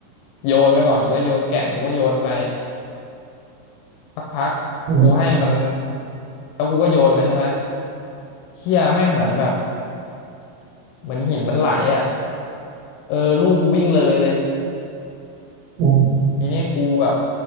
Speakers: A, on the left (about 85°); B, on the right (about 90°).
A: โยนไปก่อนกูได้โยนแก่นกูก็โยนไปสักพักกูให้มัน
B: อืม
A: แล้วกูก็โยนไปใช่ไหมเชี่ยแม่งเหมือนแบบเหมือนหินมันไหลอ่ะเออลูกกูวิ่งเลยเลย
B: อืม
A: ทีเนี้ยกูแบบ